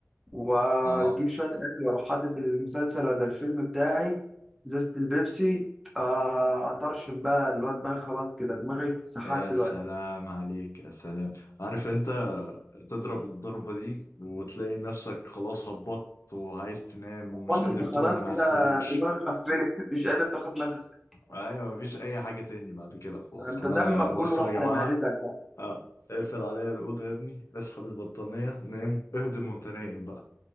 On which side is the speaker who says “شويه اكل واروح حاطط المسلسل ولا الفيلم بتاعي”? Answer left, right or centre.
Centre